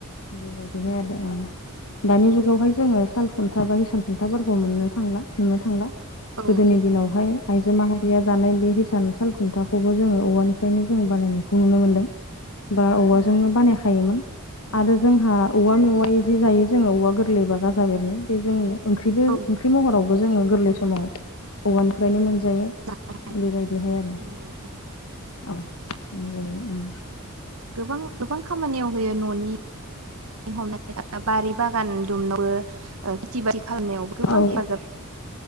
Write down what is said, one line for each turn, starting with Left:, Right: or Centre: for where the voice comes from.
Left: बेबायदि। बेनो आरो औ।
Right: नंगौ
Left: दानि जुगावहाय जोङो साल खुन्था बा हिसान खुन्थाफोरखौ मोननो थांला बा नुनो थांला।
Right: औ
Left: गोदोनि दिनावहाय आइजो माहारिया दानाय बे हिसान साल खुन्थाखौबो जोङो औवानिफ्रायनो जों बानायनायखौ नुनो मोनदों बा औवाजोंनो
Right: नंगौ नोंथां नंगौ नोंथां
Left: बानायखायोमोन आरो जोंहा औवा मेवाइ जि जायो जोङो औवा गोरलै बा गाजा बेरनाय बे जों ओंख्रिबो
Right: औ
Left: ओंख्रि महरावबो जोङो गोरलै समाव औवानिफ्रायनो मोन जायो,
Right: जानो हायो
Left: बेबायदिहाय आरो
Right: नंगौ नोंथां
Left: औ। उम।
Right: गोबां गोबां खामानियाव होयो न'नि हमनानै बारि बागान दुमनोबो ओ खेथि बारि खालामनायाव गोबां
Left: औ
Right: हेफाजाब